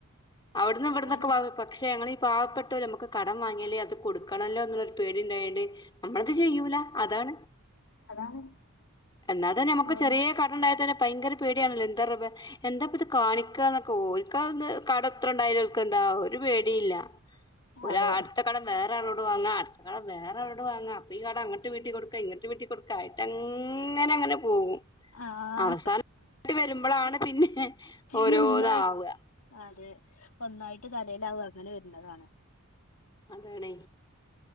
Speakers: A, on the left; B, on the left.
A: അവിട്ന്ന് ഇവിട്ന്നൊക്കെ
B: അതാണ്
A: വാങ്ങും പക്ഷെ ഞങ്ങളി പാവപ്പെട്ടോര് നമ്മക്ക് കടം വാങ്ങിയാലെ അത് കൊടുക്കണല്ലോ എന്നുള്ളൊരു പേടി ഇണ്ടായോണ്ട് നമ്മളത് ചെയ്യൂല അതാണ്
B: അതാണ്
A: എന്നാ തന്നെ നമക്ക്
B: ഓര്
A: ചെറീയെ കടണ്ടായ തന്നെ ഭയങ്കര പേടിയാണല്ലോ എന്താ റബ്ബെ എന്താപ്പത് കാണിക്കാന്നൊക്കെ ഓൽക്കാന്ന് കടം എത്ര ഇണ്ടായാലും ഓൽക്കെന്താ ഒരു പേടില്ല ഓല്
B: അതെ
A: അടുത്ത കടം വേ വേറാളോട് വാങ്ങ അടാത്ത കടം വേറാളോട് വാങ്ങ അപ്പൊ ഈ കടം അങ്ങോട്ട് വീട്ടി കൊട്ക്ക ഇങ്ങോട്ട് വീട്ടി കൊടുക്കായിട്ടങ്ങ നെങ്ങനെ പോകും
B: ആഹ്
A: അവസാനം ഒന്നായിട്ട് വരുമ്പളാണ് പിന്നെ
B: പിന്ന
A: ഓരോന്നാവുക
B: ഒന്നായി അതെ ഒന്നായിട്ട് തലയിലാവും അങ്ങനെ വരുന്നതാണ്
A: അതാണ്